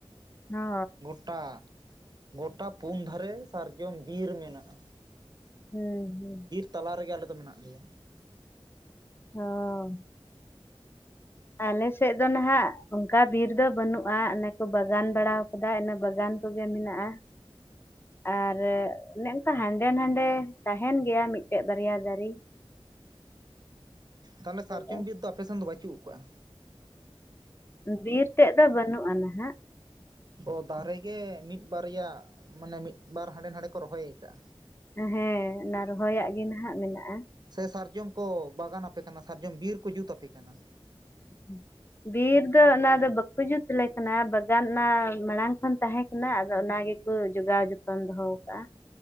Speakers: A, on the left (about 20°); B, on the right (about 45°).
A: ᱦᱚ
B: ᱜᱚᱴᱟ ᱜᱚᱴᱟ ᱯᱩᱱ ᱫᱷᱟᱨᱮ ᱥᱟᱨᱡᱚᱢ ᱵᱤᱨ ᱢᱮᱱᱟᱜ-ᱟ
A: ᱦᱩᱸ ᱦᱩᱸ
B: ᱛᱟᱞᱟ ᱨᱮᱜᱮ ᱟᱞᱮ ᱫᱚ ᱢᱮᱱᱟᱜ ᱞᱮᱭᱟ
A: ᱚᱻ ᱟᱞᱮ ᱥᱮᱫ ᱫᱚ ᱱᱟᱦᱟᱜ ᱚᱝᱠᱟ ᱵᱤᱨ ᱫᱚ ᱵᱟᱹᱱᱩᱜ-ᱟ, ᱚᱱᱮ ᱠᱚ ᱵᱟᱜᱟᱱ ᱵᱟᱲᱟᱣ ᱠᱟᱫᱟ ᱤᱱᱟᱹ ᱵᱟᱜᱟᱱ ᱠᱚᱜᱮ ᱢᱮᱱᱟᱜ-ᱟ ᱟᱨ ᱚᱱᱮ ᱚᱝᱠᱟ ᱦᱟᱸᱰᱮ ᱱᱟᱰᱮ ᱛᱟᱦᱮᱱ ᱜᱮᱭᱟ ᱢᱤᱜᱴᱮᱡ ᱵᱟᱨᱭᱟ ᱫᱟᱨᱤ
B: ᱛᱟᱦᱚᱞᱮ ᱥᱟᱨᱡᱚᱢ
A: ᱟᱫᱚ
B: ᱵᱤᱨ ᱫᱚ ᱟᱯᱮᱥᱱ ᱫᱚ ᱵᱟᱹᱪᱩᱜ ᱠᱟᱜ-ᱟ
A: ᱵᱤᱨ ᱛᱮᱫ ᱫᱚ ᱵᱟᱹᱱᱩᱜ-ᱟ ᱱᱟᱦᱟᱜ
B: ᱚ ᱫᱟᱨᱮ ᱜᱮ ᱢᱤᱫ ᱵᱟᱨᱭᱟ ᱢᱟᱱᱮ ᱢᱤᱫ ᱵᱟᱨ ᱦᱟᱸᱰᱮ ᱱᱟᱰᱮ ᱠᱚ ᱨᱚᱦᱚᱭ ᱠᱟᱜ-ᱟ
A: ᱦᱮᱸ ᱚᱱᱟ ᱨᱚᱦᱚᱭᱟᱜ ᱜᱮ ᱱᱟᱦᱟᱜ ᱢᱮᱱᱟᱜ-ᱟ
B: ᱥᱮ ᱥᱟᱨᱡᱚᱢ ᱠᱚ ᱵᱟᱜᱟᱱ ᱟᱯᱮ ᱠᱟᱱᱟ ᱥᱟᱨᱡᱚᱢ ᱵᱤᱨ ᱠᱚ ᱡᱩᱛ ᱟᱯᱮ ᱠᱟᱱᱟ
A: <inaudible> ᱵᱤᱨ ᱫᱚ ᱚᱱᱟ ᱫᱚ ᱵᱟᱠᱚ ᱡᱩᱛ ᱟᱞᱮ ᱠᱟᱱᱟ ᱵᱟᱜᱟᱱ ᱚᱱᱟ ᱢᱟᱲᱟᱝ ᱠᱷᱚᱱ ᱛᱟᱦᱮᱸ ᱠᱟᱱᱟ ᱟᱫᱚ ᱚᱱᱟ ᱜᱮ ᱠᱚ ᱡᱚᱜᱟᱣ ᱡᱚᱛᱚᱱ ᱫᱚᱦᱚ ᱠᱟᱜ-ᱟ